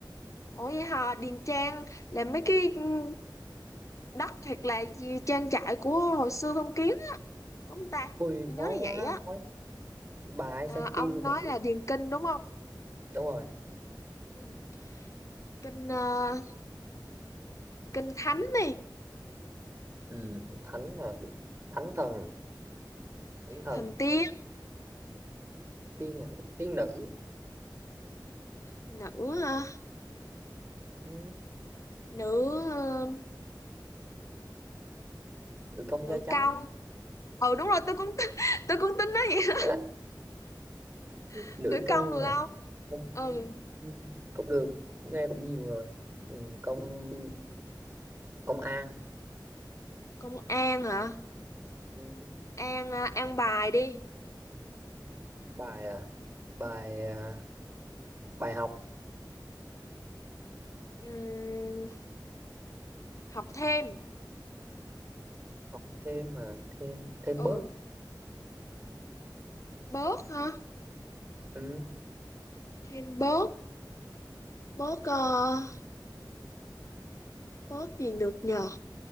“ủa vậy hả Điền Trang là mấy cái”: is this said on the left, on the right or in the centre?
Left